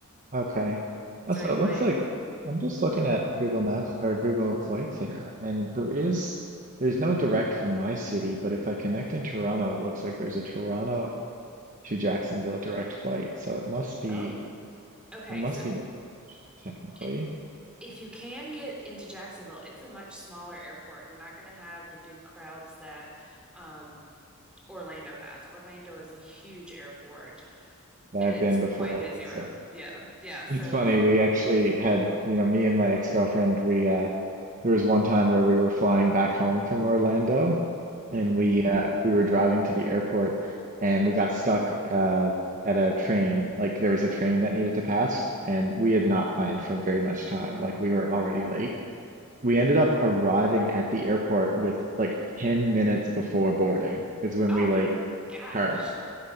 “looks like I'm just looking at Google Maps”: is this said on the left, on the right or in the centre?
Right